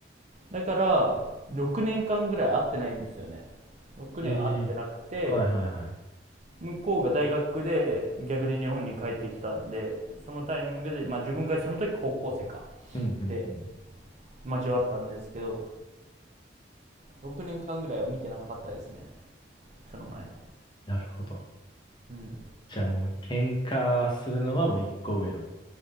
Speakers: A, on the right; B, on the left.
A: だから、6年間ぐらい会ってないんですよね。6年会ってなくて、
B: ええはいはいはい。
A: 向こうが大学で逆に日本に帰ってきたんで、そのタイミングで、まあ自分がその時高校生か。
B: うんうんうん。
A: で、交わったんですけど、6年間ぐらいは見てなかったですね。その前の。
B: なるほど。
A: うん。
B: じゃあもう喧嘩するのはもう一個上の。